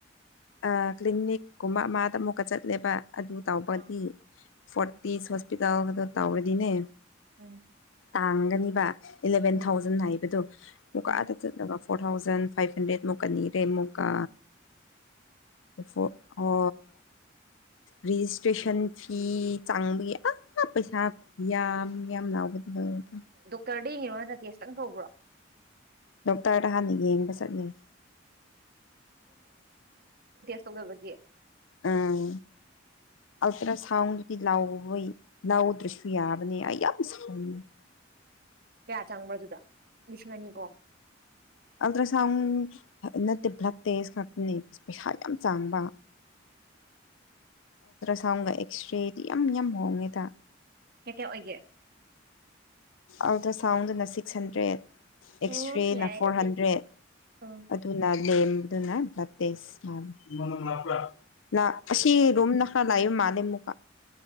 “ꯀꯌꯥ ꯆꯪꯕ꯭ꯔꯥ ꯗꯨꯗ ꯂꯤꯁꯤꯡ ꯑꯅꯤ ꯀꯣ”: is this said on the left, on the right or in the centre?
Right